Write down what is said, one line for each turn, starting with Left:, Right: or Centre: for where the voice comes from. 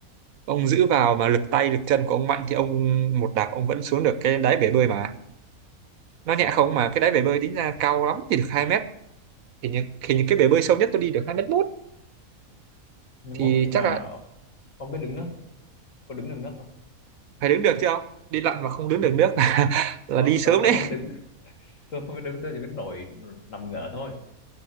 Right: ông giữ vào mà lực tay lực chân của ông mạnh thì ông một đạp ông vẫn xuống được cái đáy bể bơi mà nó nhẹ
Left: ừ.
Right: không mà cái đáy bể bơi tính ra cao lắm thì được 2 mét thì những thì những cái bể bơi sâu nhất tôi đi được hai mét mốt
Left: Mai
Right: thì
Left: mốt nhưng
Right: chắc
Left: mà
Right: là
Left: ờ, không biết đứng nước không? có đứng được nước không
Right: phải đứng được chứ không đi lặn mà không đứng được nước <laughs> là
Left: ờ
Right: đi sớm
Left: tôi tôi
Right: đấy
Left: không biết đứng <laughs> tôi không biết đứng tôi chỉ biết nổi ừ, nằm ngửa thôi